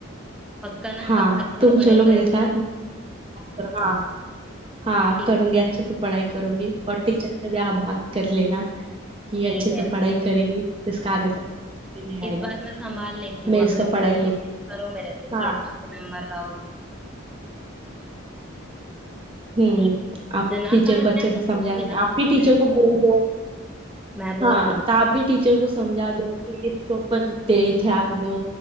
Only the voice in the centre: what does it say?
पक्का ना
अग, अच्छे
से पढ़ाई
करोगी
ना
ठीक
है
ठीक
है
वो
इस
बार मैं संभाल लेती हूँ
अगली
बार
प्रॉमिस करो मेरे
से कि
अच्छे से नंबर लाओगी
ठीक
जो ना
समझ
में आए
तो
पूछ लिया
करो
मेरे
से।
मैं बोल
दूंगी